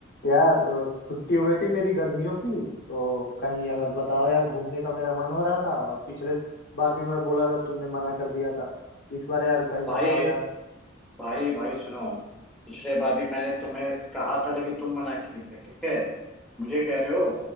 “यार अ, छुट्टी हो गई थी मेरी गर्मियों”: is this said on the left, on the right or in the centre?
Left